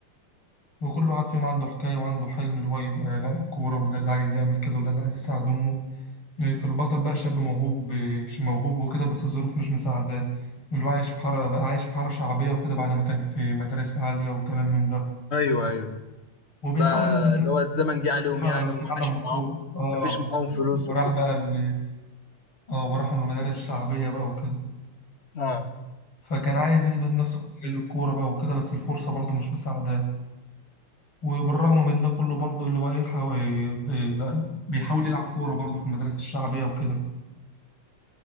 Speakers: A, on the left (about 75°); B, on the left (about 30°).
A: وكل واحد فيهم عنده حكاية وعنده حلم اللي هو يبقى لاعب كورة وده اللي عايز يعمل كذا وده اللي عايز يساعد أمه في البطل بقى شاب موهوب مش موهوب وكده بس الظروف مش مساعداه اللي هو عايش في حارة بقى عايش في حارة شعبية وكده بعد ما كان في مدارس عالية وكلام من ده
B: ايوه ايوه
A: وبيحاول
B: بقى
A: يثبت نفسه
B: اللي هو الزمن جه عليهم
A: بقى
B: يعني وما
A: في عالم
B: عاش
A: الكورة
B: معاهم
A: اه
B: ما فيش معاهم فلوس
A: وراح
B: وكده
A: بقى ال- اه وراح من المدارس الشعبية بقى وكده
B: اه
A: فكان عايز يثبت نفسه في مجال الكورة بقى وكده بس الفرصة برضه مش مساعداه وبالرغم من ده كله برضه اللي هو ايه حاو- إيه، بي- بقى بيحاول يلعب كورة برضه في المدارس الشعبية وكده